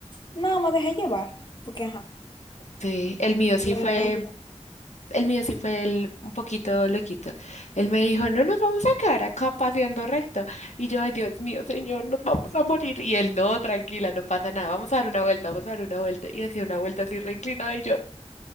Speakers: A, on the left; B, on the left.
A: no, me dejé llevar, porque ajá.
B: Sí, el mío sí
A: la
B: fue,
A: verdad,
B: el mío sí fue el- un poquito loquito. Él me dijo, no nos vamos a quedar acá paseando recto. Y yo, ay Dios mío, señor, nos vamos a morir. Y él, no, tranquila, no pasa nada, vamos a dar una vuelta, vamos a dar una vuelta. Y hacía una vuelta así reinclinada y yo,